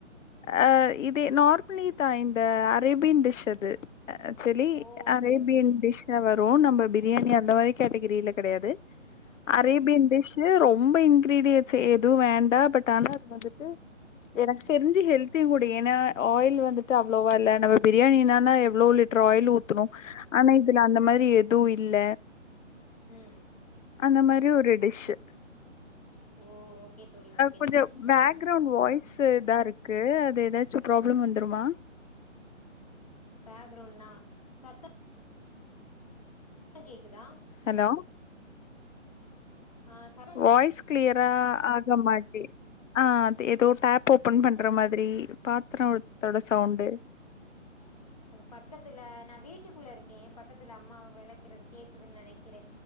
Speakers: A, on the left; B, on the left.
A: அ இதே நார்ப்லி தா இந்த அரேபியன் டிஷ் அது ஆக்சுவலி
B: ஓ ஓகே
A: அரேபியன்
B: ஓகே
A: டிஷ்ஷா வரு நம்ப பிரியாணி அந்த மாரி கேட்டகிரில கெடயாது
B: ம்
A: அரேபியன்
B: ம்
A: டிஷ்சு ரொம்ப இன்கிரீடியன் ஸெ எதுவு வேண்டா பட் ஆனா அது வந்துட்டு எனக்கு தெரிஞ்சு ஹெல்தியு கூட ஏன்னா ஆயில் வந்துட்டு அவ்ளோவா இல்ல நம்ம பிரியாணின்னா எவ்ளோ லிட் ரு ஆயில் ஊத்துனு ஆனா இதுல அந்த மாரி எது இல்ல
B: ம்
A: அந்த மாரி ஒரு டிஷ்ஷு
B: ஓ ஓகே தோழி ஓகே
A: கொஞ்சோ
B: தோழி
A: பேக்ரவுண்ட் வாய்ஸ் இதாருக்கு அது ஏதாச்சு பிராப்ளம் வந்துருமா
B: பேக்ரவுனா சத்த ம் கேக்குதா
A: ஹலோ
B: ஆ சா
A: வாய்ஸ் க்ளியரா ஆக மாட்டி ஆ அது ஏதோ டேப் ஓப்பன் பண்ற மாதிரி பாத்ரோத்தோட சவுண்டு
B: அது பக்கத்துல நா வீட்டுக்குள்ள இருக்கே பக்கத்துல அம்மாவ வெளக்கிறது கேக்குதுன் நெனைக்கிறே